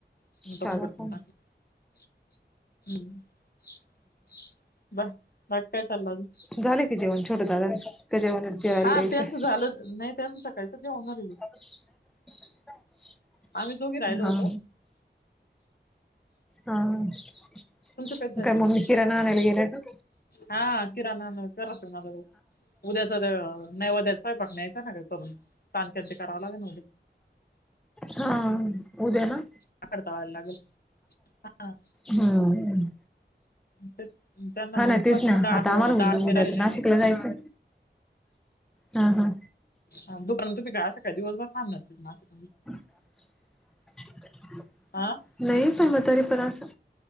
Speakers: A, on the left; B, in the centre.
A: <unintelligible>
B: साधा फोन
A: बाकी कायं चाललं आजून
B: झालं की जेवण छोटं दादांच का जेवण जेवायला
A: हां
B: द्यायचं
A: त्यांचं झालंच नाही त्यांचं त्यायचं जे होणारं आहे ग.
B: <inaudible>
A: आम्हीं दोघीं रायलों
B: हा
A: होतों.
B: हां
A: कधी झालं
B: काय
A: जेवण
B: ममी किराणां आणायला गेल्या कां?
A: हा किराणां आणांया <unintelligible> उद्याच दे नैवेदयाच स्वयपाक न्यायचा ना ग करून चागक्या ते करावं लागे न उद्या.
B: हां उद्या ना.
A: भाकर तळायला लागेल हा
B: हम्म.
A: तेच त्यांना
B: हां
A: मग
B: नां
A: तेच म्हटलं
B: तेचं नां
A: मग डाळ
B: आता आम्हाला उ
A: डाळ ते
B: उद्या
A: राहिले
B: त नाशिक कला जायचं हां हां.
A: हा दुकानं तुम्ही कां अस का दिवसभर थांबणार कां नाशिक
B: <unintelligible>
A: आं.
B: नाहीं सहमतानी पर पण असं.